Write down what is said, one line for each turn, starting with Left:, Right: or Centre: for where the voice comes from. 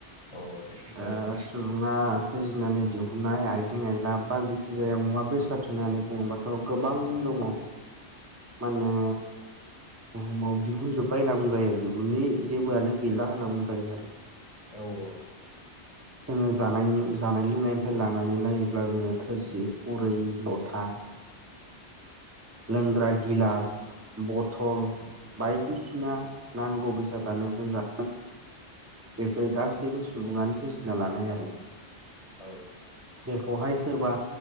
Left: औ दे फोरमायलाय।
Right: दा सुबुङा सोरजिनानै दिहुननाय आइजें आइला बा जेखि जाया मुवा बेसाद होननानै बुङोबा थ' गोबां दङ माने बुहुमाव दिहुनजोब्बाय होनना बुंजायो दिहुननि जेबोआनो गैला होनना बुंजायो आरो।
Left: औ औ।
Right: जोङो जानायनि जानाय लोंनायनिफ्राय लानानै नायोब्ला जोङो थोरसि खुरै लथा लोंग्रा गिलास बथल बायदिसिना नांगौ बेसादानो जों ज बेफोरो गासैबो सुबुङानो सोरजिना लानाय आरो।
Left: औ।
Right: बेखौहाय सोरबा